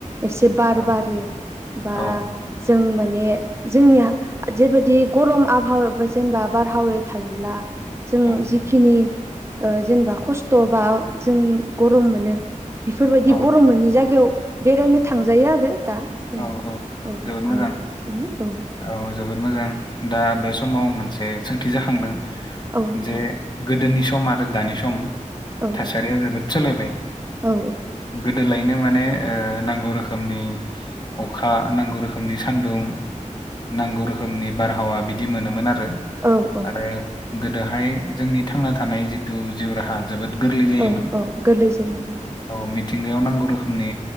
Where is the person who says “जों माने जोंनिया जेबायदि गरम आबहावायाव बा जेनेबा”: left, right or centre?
Right